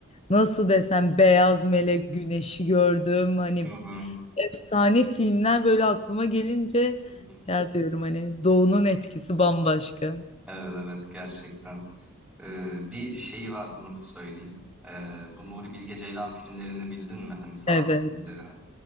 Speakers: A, on the left; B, in the centre.
A: nasıl desem Beyaz Melek, Güneşi gördüm hani
B: hı hı,
A: efsane filmler böyle aklıma gelince
B: hı hı.
A: ya diyorum hani Doğu'nun etkisi bambaşka.
B: Evet evet gerçekten. Ee, bir şey var nasıl söyleyeyim? Ee, bu Nuri Bilge Ceylan filmlerini bildin mi? Hani sanat
A: Evet.
B: filmlerini.